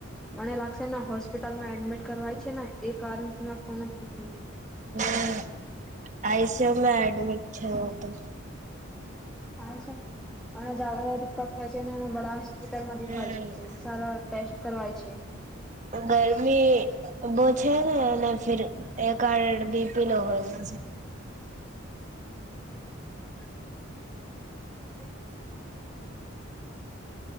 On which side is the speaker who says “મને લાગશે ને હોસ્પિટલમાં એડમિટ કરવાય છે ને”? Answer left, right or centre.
Centre